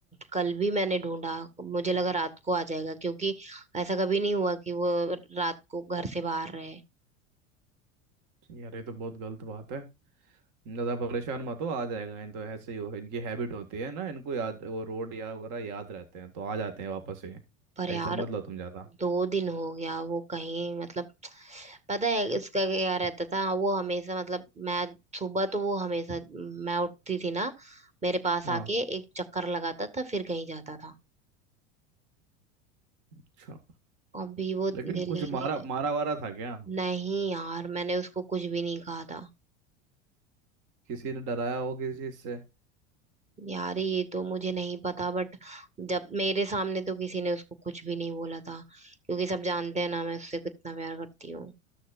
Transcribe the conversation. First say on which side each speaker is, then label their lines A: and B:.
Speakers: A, on the right; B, on the right.
A: कल भी मैंने ढूंढा मुझे लगा रात को आ जाएगा क्योंकि ऐसा कभी नहीं हुआ कि वो रात को घर से बाहर रहे
B: यार ये तो बहुत गलत बात है ज़्यादा परेशान मत हो आ जाएगा इन तो ऐसे ही हो इनकी हैबिट होती है ना इनको याद वो रोड या वगैरह याद रहते हैं तो आ जाते हैं वापस ही
A: पर
B: टेंशन
A: यार
B: मत लो तुम ज़्यादा
A: दो दिन हो गया वो कहीं मतलब पता है इसका क्या रहता था वो हमेशा मतलब मैं सुबह तो वो हमेशा मैं उठती थी ना मेरे पास
B: हाँ
A: आके एक चक्कर लगाता था फिर कहीं जाता था
B: अच्छा
A: अभी वो
B: लेकिन
A: मेरे
B: कुछ
A: लिए
B: मारा मारा वारा था क्या
A: नहीं नहीं यार मैंने उसको कुछ भी नहीं कहा था
B: किसी ने डराया हो किसी चीज़ से
A: यार ये तो मुझे नहीं पता बट जब मेरे सामने तो किसी ने उसको कुछ भी नहीं बोला था क्योंकि सब जानते हैं ना मैं उससे कितना प्यार करती हूँ